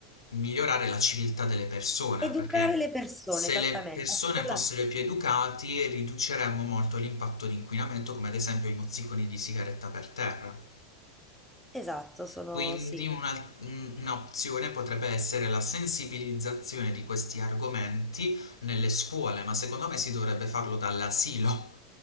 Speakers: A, on the left; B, in the centre.
A: migliorare la civiltà delle persone,
B: educare
A: perché
B: le persone,
A: se
B: esattamente,
A: le persone
B: a scuola,
A: fossero più educate riduceremmo molto l'impatto di inquinamento, come ad esempio i mozziconi di sigaretta per terra.
B: esatto, sono,
A: Quindi
B: sì,
A: una- un'opzione potrebbe essere la sensibilizzazione di questi argomenti nelle scuole, ma secondo me si dovrebbe farlo dall'asilo